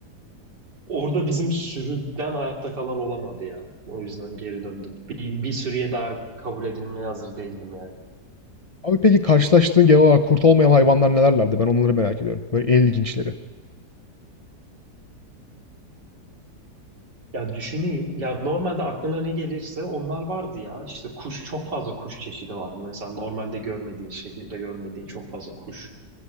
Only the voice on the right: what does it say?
Orada bizim sürüden hayatta kalan olamadı ya. O yüzden geri döndüm. Bir, bir sürüye daha kabul edilmeye hazır değildim yani.
Ya düşüneyim. Ya normalde aklına ne gelirse onlar vardı ya. İşte kuş çok fazla kuş çeşidi vardı. Mesela normalde görmediğin şehirde görmediğin çok fazla kuş.